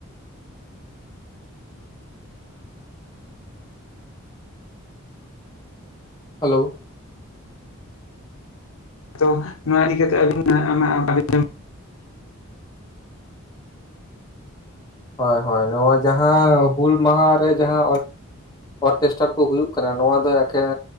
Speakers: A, on the left (about 20°); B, on the left (about 80°).
A: ᱦᱮᱞᱳ,
B: ᱛᱚ ᱱᱚᱣᱟ ᱤᱫᱤ ᱠᱟ ᱟᱹᱵᱤᱱ
A: ᱦᱳᱭ ᱦᱳᱭ ᱱᱚᱣᱟ ᱡᱟᱸᱦᱟ ᱦᱩᱞ ᱢᱟᱦᱟᱮ ᱡᱟᱸᱦᱟ ᱚᱨᱠᱮᱥᱴᱟᱨ ᱠᱚ ᱦᱩᱭᱩᱜ ᱠᱟᱱᱟ ᱱᱚᱣᱟ ᱫᱚ ᱮᱠᱮᱱ